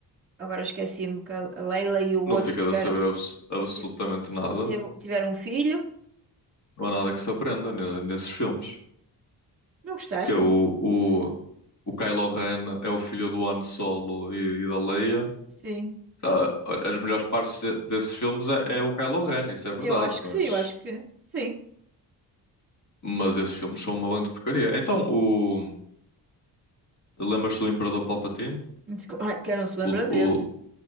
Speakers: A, on the right; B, on the left.
A: Agora esqueci-me que a Leila e o
B: Não
A: outro
B: ficas
A: tiveram,
B: a saber abs- absolutamente
A: ti-
B: nada.
A: teve- tiveram um filho.
B: Não há nada que se aprenda ne- nesses filmes.
A: Não gostaste?
B: Que é o, o, o Kylo Ren é o filho do Han Solo e, e da Leia.
A: Sim,
B: Tá, As melhores partes de- desses filmes é, é o Kylo Ren, isso é verdade,
A: eu acho que
B: mas,
A: sim, eu acho que sim.
B: mas esses filmes são uma grande porcaria. Então, o, lembras-te do Imperador Palpatine?
A: Muito co- Ai, quem não se lembra
B: O,
A: desse?
B: o,